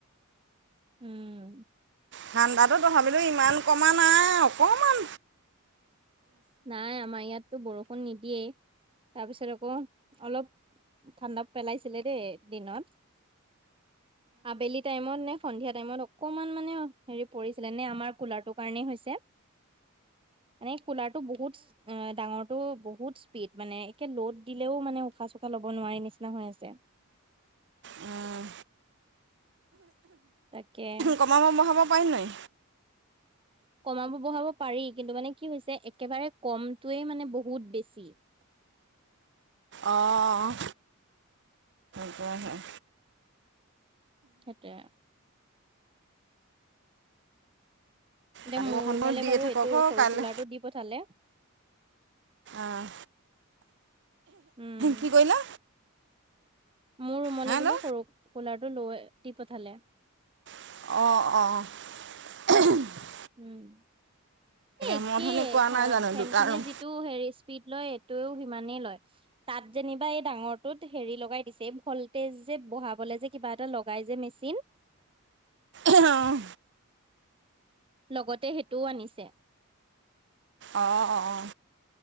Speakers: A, on the right; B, on the right.
A: উম।
B: ঠান্দাটো তথাপিও ইমান কমা নাই, অকমান
A: নাই আমাৰ ইয়াততো বৰষুণ নিদিয়েই, তাৰপিছত আকৌ অলপ ঠাণ্ডা পেলাইছিলে দেই দিনত, আবেলি টাইমত নে? সন্ধিয়া টাইমত অকমান মানে হেৰি পৰিছিলে নে আমাৰ কুলাৰটোৰ কাৰণেই হৈছে। অনে কলা বহুত অ ডাঙৰো বহুত স্পীড মানে একে লোড দিলেও মানে উশাহ চুখাহ ল'ব নোৱাৰি নিচি নিচনা হৈ আছে।
B: উম।
A: তাকে
B: কমাব বহাব পাৰিম নাই?
A: কমাব বঢ়াব পাৰি কিন্তু মানে কি হৈছে একেবাৰে কমটোৱে মানে বহুত বেছি।
B: অ'। হয় হয়।
A: সেইটোৱেই। এয়া
B: কালি
A: মোৰ
B: বৰষুণো
A: ৰুমলে
B: দিয়ে
A: বাৰু
B: থাকক
A: এইটো
B: অ
A: সৰু
B: কাইলৈ
A: কুলাৰটো দি পঠালে।
B: আহ,
A: উম
B: কি কৰিলা?
A: মোৰ ৰুমলৈ
B: হেল্ল'
A: বোলো সৰু, কুলাৰটো লৈ দি পঠালে।
B: আহ অ'।
A: উম এ একেই
B: মই অথনি কোৱা নাই জানো
A: ফেনখনে
B: দুটা ৰুম
A: যিটো হেৰি স্পিড লয় এইটোয়ও সিমানেই লয়, তাত যেনিবা এই ডাঙৰটোত হেৰি লগাই দিছে ভলটেজ যে বহাবলে যে কিবা এটা লগাই যে মেচিন।
B: আহ।
A: লগতে সেইটোও আনিছে।
B: অঁ অঁ